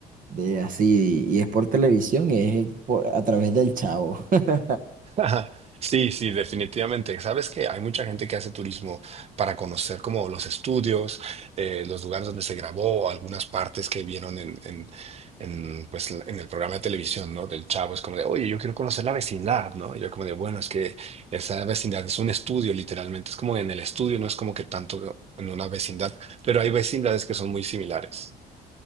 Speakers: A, on the right; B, on the right.
A: de así, y es por televisión, es por- a través del Chavo. <laughs>
B: <laughs> Ajá. Sí, sí, definitivamente. Sabes que hay mucha gente que hace turismo para conocer como los estudios, eh, los lugares donde se grabó, algunas partes que vieron en, en, en, pues, en el programa de televisión, ¿no? Del Chavo. Es como de, oye, yo quiero conocer la vecindad, ¿no? Y yo como de, bueno, es que esa vecindad es un estudio, literalmente. Es como en el estudio, no es como que tanto en una vecindad, pero hay vecindades que son muy similares.